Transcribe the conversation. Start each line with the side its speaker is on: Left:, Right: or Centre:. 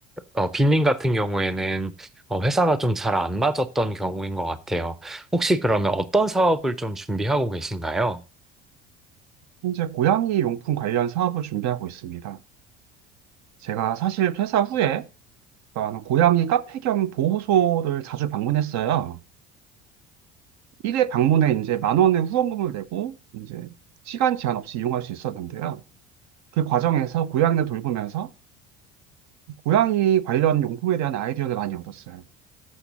Centre: 어, 빈님 같은 경우에는 어, 회사가 좀 잘 안 맞았던 경우인 것 같아요. 혹시 그러면 어떤 사업을 좀 준비하고 계신가요?
Right: 현재 고양이 용품 관련 사업을 준비하고 있습니다. 제가 사실 퇴사 후에 어떤 고양이 카페 겸 보호소를 자주 방문했어요. 1회 방문에 이제 만 원의 후원금을 내고 이제 시간 제한 없이 이용할 수 있었는데요. 그 과정에서 고양이를 돌보면서 고양이 관련 용품에 대한 아이디어를 많이 얻었어요.